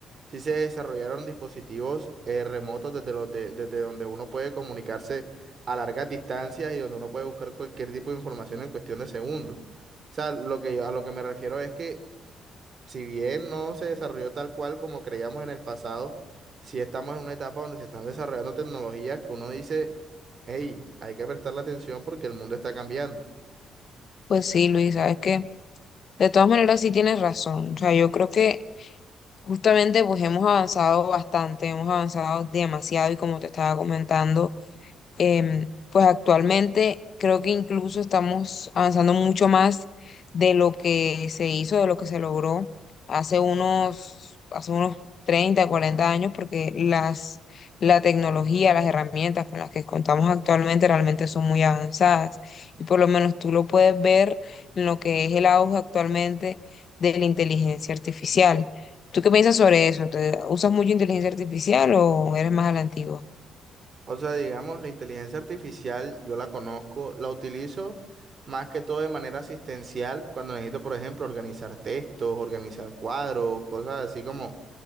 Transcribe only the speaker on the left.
Pues sí, Luis, sabes que de todas maneras sí tienes razón. O sea, yo creo que justamente pues hemos avanzado bastante, hemos avanzado demasiado y como te estaba comentando Em, pues actualmente creo que incluso estamos avanzando mucho más de lo que se hizo, de lo que se logró hace unos, hace unos 30 40 años, porque las, la tecnología, las herramientas con las que contamos actualmente realmente son muy avanzadas. Y por lo menos tú lo puedes ver en lo que es el auge actualmente de la inteligencia artificial. ¿Tú qué piensas sobre eso? ¿Te- usas mucho inteligencia artificial o eres más a la antigua?